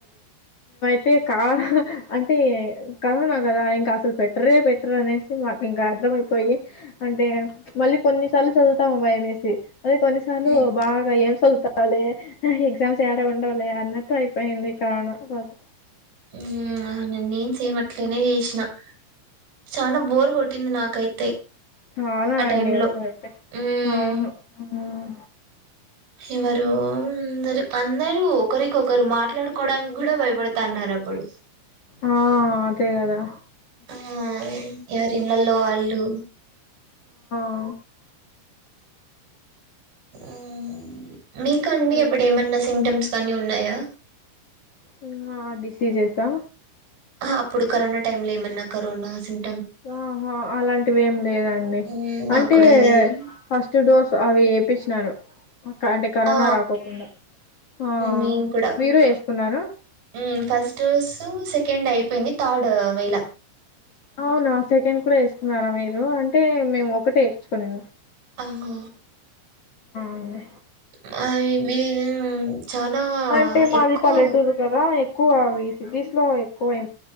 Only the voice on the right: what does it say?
మ్మ్
ఉమ్ అవున నేను సేమ్ అట్లానే చేసినా చనాా బోర్ కొటింది నాకైతే
ఆ
టైమ్
లో మ్మ్
ఎవరు అందరు అందరూ ఒకరికి ఒకరు మాట్లాడుకోవడానికి కూడా భయపడతాన్నారు అప్పుడు
ఆ ఎవరిఇండ్లలో వాళ్ళు
ఉమ్ మీక్ అండ్
<unintelligible> ఎప్పుడేమన్న సిటమ్స్ కానీ ఉ న్నాయా
అ అప్పుడు కరోనా టైమ్ లో ఏమన్నా కరోనా సిమ్
మ్మ్, మాకు
కూడా లేదు
ఆ
మేము కూడా
మ్మ్, ఫస్ట్ డోస్ సెకండ్ అయిపోయింది థర్డ్ వేళే
ఆహా
మర్ వీళ్ చానా
ఎక్కువ